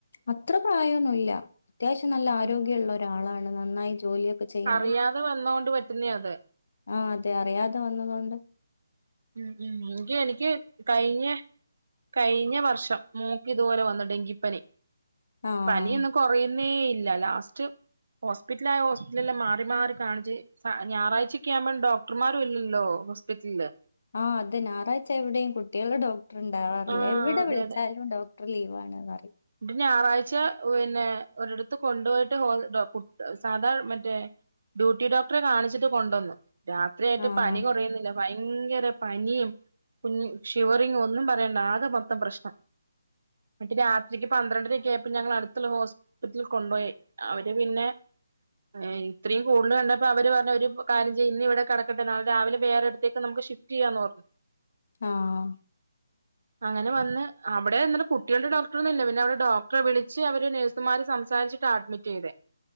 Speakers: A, on the left (about 55°); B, on the right (about 65°).
A: അത്ര പ്രായ ഒന്നു ഇല്ല അത്യാവശ്യം നല്ല
B: ഉം
A: ആരോഗ്യള്ള
B: ഉം
A: ഒര് ഒരാളാണ് നന്നായി ജോലിയൊക്കെ ചെയ്യുന്നെ
B: അറിയാതെ വന്നോണ്ട് പറ്റുന്നേ അത്.
A: ആ അതെ അറിയാതെ വന്നതോണ്ട്
B: ഉം, ഉം എനിക്ക്, എനിക്ക് കഴിഞ്ഞ കഴിഞ്ഞ വർഷം മോൾക്ക് ഇത് പോലെ വന്നു ഡെങ്കിപ്പനി.
A: ആഹ്
B: പനിയൊന്നു കൊറയുന്നേ ഇല്ല ലാസ്റ്റ് ഹോസ്പിറ്റലായ ഹോസ്പിറ്റൽ എല്ലാം മാറി, മാറി കാണിച്ച് ഞായറാഴ്ചക്കെ ആവുമ്പം ഡോക്ടർമാരും ഇല്ലല്ലോ ഹോസ്പിറ്റലില്.
A: ആഹ്, അത് ഞായറാഴ്ച എവിടെയും കുട്ടികളുടെ ഡോക്ടർ ഇണ്ടാവാറില്ല,
B: ആഹ്
A: എവിടെ
B: അതെ
A: വിളിച്ചാലും ഡോക് ടർ ലീവാണ് പറയും.
B: ഇങ്ങട്ട് ഞായറാഴ്ച പിന്നെ ഒരിടത്ത് കൊണ്ടുപോയിട്ട് ഡോ കു സാധാ മറ്റേ ഡ്യൂട്ടി ഡോക്ടറെ കാണിച്ചിട്ട് കൊണ്ടുവന്നു. രാത്രിയായിട്ട്
A: ആഹ്
B: പനി കുറയുന്നില്ല. ഭയങ്കര പനിയും കുഞ്ഞ് ഷിവറിങ്ങ് ഒന്നും പറയണ്ട ആകെ മൊത്തം പ്രശ്നം. ഇങ്ങട്ട് രാ ഉച്ചക്ക് പന്ത്രണ്ടരയൊക്കെ ആയപ്പോ ഞങ്ങള അടുത്തുള്ള ഹോസ്പിറ്റലിൽ കൊണ്ടുപോയി, അവര് പിന്നെ ഏഹ്, ഇത്രയും കൂടുതൽ കണ്ടപ്പോൾ അവര് പറഞ്ഞു ഒരു കാര്യം ചെയ്യ് ഇന്ന് ഇവിടെ കിടക്കട്ടെ നാളെ രാവിലെ വേറെ ഒരിടത്തേക്ക് നമുക്ക് ഷിഫ് റ്റ് ചെയ്യാന്ന് പറഞ്ഞു.
A: ആഹ്
B: അങ്ങനെ വന്ന് അവിടെ അന്നേരം കുട്ടികൾടെ ഡോക്ട- റൊന്നു ഇല്ല, പിന്നെ അവര് ഡോക്ടറെ വിളിച്ച് അവര് നേഴ്സുമാര് സംസാരിച്ചിട്ടാ അഡ്മിറ്റ് ചെയ്തെ.